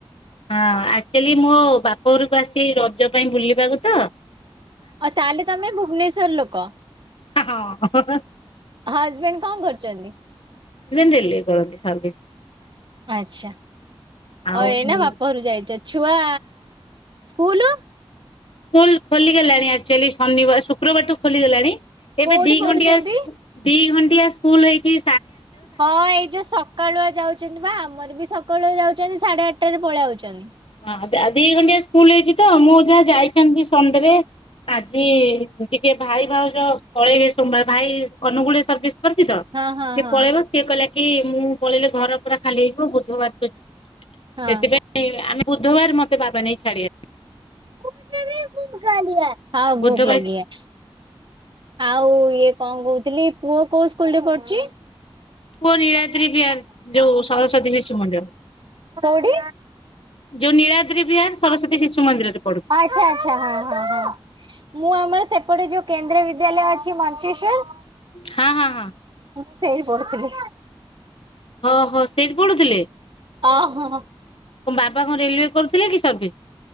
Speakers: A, on the left; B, on the right.
A: ହଁ ଆକ୍ଚୁଲି ମୋବାପ ଘରକୁ ଆସିଚି ରଜ ପାଇଁ ବୁଲିବାକୁତ
B: ଅ ତାହେଲେ ତମେ ଭୁବନେଶ୍ଵର ଲୋକ।
A: ଆ ହଁ ହ ହ।
B: ହଜବେଣ୍ଡେ କଁ କରୁଚନ୍ତି?
A: ହଜବେଣ୍ଡେ ରେଲିଙ୍ଗ କରନ୍ତି ସର୍ବିସ୍।
B: ଆଚ୍ଛା
A: ଆଉ
B: ଅ ଏଇନା
A: ହଁ।
B: ବାପା ଘରୁ ଯାଇଚ ଛୁଆ ସ୍କୁଲ୍?
A: ସ୍କୁଲ୍ ଖୋଲିଗଲାଣି ଆକ୍ଚୁଲି ଶନିବାର ଶୁକ୍ରବାରଠୁ ଖୋଲିଗଲାଣି ଏବେ
B: କୋଉଠି
A: ଦି
B: ପଢୁଛନ୍ତି?
A: ଘଣ୍ଟିଆ ଦି ଘଣ୍ଟିଆ ସ୍କୁଲ୍ ହେଇଚି
B: ହଁ ଏଇ ଯୋଉ ସ ସକାଳୁଆ ଯାଉଚନ୍ତିବା ଆମରବି ସକାଳୁଆ ଯାଉଚନ୍ତି ସାଢ଼େ ଆଠଟାରେ ପଳେଇ ଆଉଚନ୍ତି।
A: ହଁ ଦି ଘଣ୍ଟଆ ସ୍କୁଲ୍ ହେଇଚିତ ମୁଁ ଯାହା ଯାଇଥାନ୍ତି ସଣ୍ଡେରେ ଆଜି ଟିକେ ଭାଇ ଭାଉଜ ପଳେଇବେ ସୋମବାର ଭାଇ ଅନୁକୂଳରେ ସର୍ବି କରଚିତ
B: ହଁ ହଁ
A: ସିଏ
B: ହଁ
A: ପଳେଇବ
B: ହଁ।
A: ସିଏ କହିଲା କି ମୁଁ ପଳେଇଲେ ଘର ପୁରା ଖାଲି ହେଇଯିବ ବୁଧବାରକୁ ଯିବୁ
B: ହଁ
A: ସେଥିପାଇଁ ଆମେ ବୁଧବାର ମତେ ବାବା ନେଇ ଛାଡ଼ିବେ।
B: ଭ ଭ ହଁ ଭୁକ୍
A: ବୁଧବାର
B: ଲାଗିଆ। ଆଉ ଇଏ କଁ କହୁଥିଲି ପୁଅ କୋଉ ସ୍କୁଲରେ ପଢ଼ୁଚି?
A: ପୁଅ ନୀଳାଦ୍ରି ବିହାର୍ ଯୋଉ ସରସ୍ଵତୀ ଶିଶୁ ମନ୍ଦିର।
B: କୋଉଠି?
A: ଯୋଉ ନୀଳାଦ୍ରି ବିହାର ସରସ୍ଵତୀ ଶିଶୁ ମନ୍ଦିରରେ ପଢୁ
B: ଆଚ୍ଛା ଆଚ୍ଛା ହଁ ହଁ ହଁ। ମୁଁ ଆମର ସେପଟେ ଯୋଉ କେନ୍ଦ୍ରୀୟ ବିଦ୍ୟାଳୟ ଅଛି ମଞ୍ଚେଶ୍ଵର
A: ହଁ ହଁ ହଁ।
B: ମୁଁ ସେଇଟି ପଢ଼ୁଥିଲି।
A: ଓ ହଁ ସେଇଠି ପଢୁଥିଲେ।
B: ଅଁ ହଁ।
A: କଁ ବାବା କଣ ରେଲୱେ କରୁଥିଲେକି ସର୍ଭିସ୍।